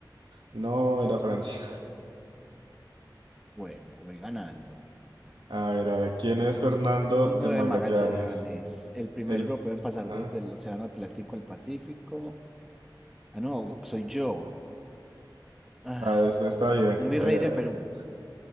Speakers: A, on the right (about 90°); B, in the centre.
A: No, era Francia.
B: Bueno, voy ganando.
A: A ver, ahora, ¿quién es Fernando
B: Uno
A: de
B: de
A: Magallanes?
B: Magallanes, el primer
A: El...
B: europeo en pasar
A: Ajá.
B: desde el Océano Atlántico al Pacífico. Ah, no, soy yo. Ay,
A: Ah, esta está bien.
B: un virrey
A: Eh,
B: de Perú.
A: eh,